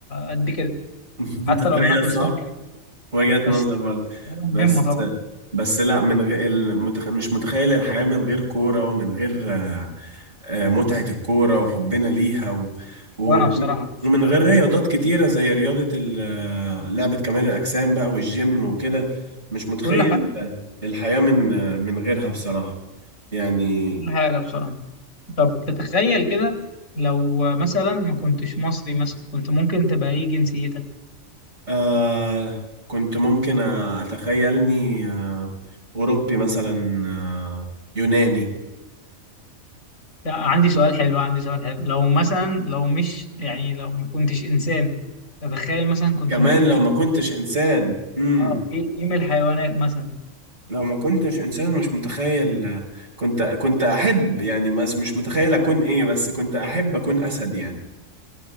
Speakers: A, on the left; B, on the right.
A: قد كده
B: <laughs>
A: حتى
B: تخيل
A: لو بناكل
B: صح
A: صحي
B: وجهة
A: بس
B: نظر برضه
A: الحاجة مهمة
B: بس
A: طبعا
B: بس لا من غير المتخ... مش متخيل الحياة من غير كورة ومن غير آه، متعة الكورة وحبنا ليها و... و...
A: وأنا بصراحة مش
B: ومن
A: مش
B: غير رياضات كتيرة زي رياضة ال... آه، لعبة كمال الأجسام بقى والجيم وكده مش متخيل
A: كل حاجة
B: الحياة من آه، من غيرها بصراحة يعني
A: كل حاجة بصراحة طب تتخيل كده لو مثلا ما كنتش مصري مثلا كنت ممكن تبقى ايه جنسيتك؟
B: آه كنت ممكن أتخيلني آه أوروبي مثلا آه يوناني
A: لا، عندي سؤال حلو عندي سؤال حلو لو مثلا لو مش يعني لو ما كنتش إنسان تتخيل مثلا كنت
B: كمان
A: ممكن
B: لو
A: تبقى
B: ما كنتش إنسان مم.
A: اه ايه ايه من الحيوانات مثلا؟
B: لو ما كنتش انسان مش متخيل كنت كنت احب يعني بس مش متخيل اكون ايه بس كنت احب اكون اسد يعني